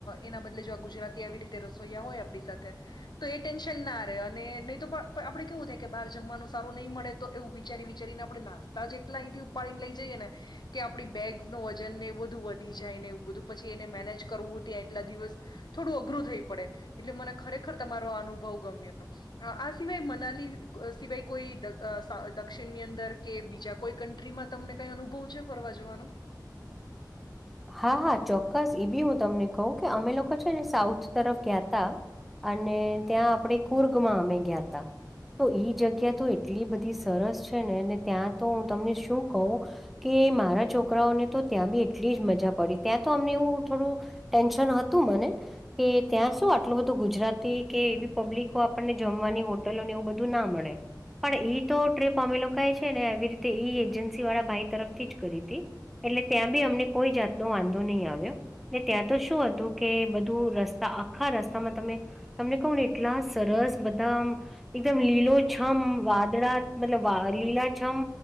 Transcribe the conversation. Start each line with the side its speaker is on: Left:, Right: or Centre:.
Left: એના બદલે જો આ ગુજરાતી આવી રીતે રસોઈયા હોય આપણી સાથે તો એ ટેન્શન ના આવે અને નહી તો પણ આપડણે કેવું થાય કે બહાર જમવાનું સારુ નહીં મળે તો એવુ વિચારી વિચારીને આપણે નાસ્તા જેટલા અહીંથી ઉપાડીને લઈ જઈએ ને. કે આપણી બેગ્સ નું વજનને બધું વધી જાય ને બધું પછી એને મેનેજ કરવું ત્યાં એટલા દિવસ થોડું અઘરું થઈ પડે એટલે મને ખરેખર તમારો આ અનુભવ ગમ્યો. આ સિવાય મનાલી સિવાય કોઈ દક્ષિણની અંદર કે બીજા કોઈ કન્ટ્રીમાં તમને કઈ અનુભવ છે ફરવા જવાનો?
Centre: હા હા ચોક્કસ એ બી હું તમને કહું કે અમે લોકો છે ને સાઉથ તરફ ગયાતા. અને ત્યાં આપણે કુર્ગમાં અમે ગયા તા. તો ઈ જગ્યા તો એટલી બધી સરસ છે નેને ત્યાં તો હું તમને શું કહું! કે મારા છોકરાઓને તો ત્યાં બી એ એટલી જ મજા પડી ત્યાં તો અમને એવું થોડું ટેન્શન હતું મને. કે ત્યાં શું આટલું બધું ગુજરાતી કે એવી પબ્લિકો આપણને જમવાની હોટલો ને એવું બધું ના મળે. પણ ઈ તો ટ્રીપ અમે લોકોએ છે ને એ રીતે ઈ એજન્સી વાળા ભાઈ તરફથી જ કરી હતી. એટલે ત્યાં બી અમને કોઈ જાતનો વાંધો નહીં આવ્યો ને ત્યાં તો શું હતું કે બધું રસ્તા આખા રસ્તામાં તમે તમને કહ ને એટલા સરસ બધા. એકદમ લીલોછમ વાદળા મતલબ લીલાછમ